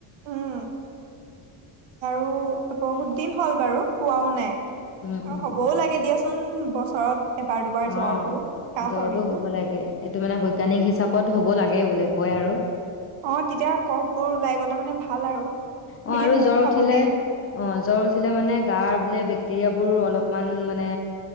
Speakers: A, on the right; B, on the left.
A: উম', আৰু বহুত দিন হ'ল বাৰু সোৱাও নাই।
B: উম
A: অ',
B: উম
A: হ'বও লাগে দিয়াচোন। কোন বছৰত? এবাৰ দুবাৰ জ্বৰটো
B: অ',
A: কাহ
B: জ্বৰটো
A: চৰ্দিটো
B: হ'ব লাগে এইটো মানে বৈজ্ঞানিক হিচাপত হ'ব লাগে। লাগে বোলে কয় আৰু,
A: অ', তেতিয়া কফ বোৰ ওলাই গলে মানে ভাল আৰু।
B: অহ
A: বুলি
B: ', আৰু
A: ময়ও
B: জ্বৰ
A: ভাবো
B: উঠিলে
A: দেই
B: অ', জ্বৰ উঠিলে মানে গাৰ বোলে বেক - টেৰীয়া বোৰ অলপমান মানে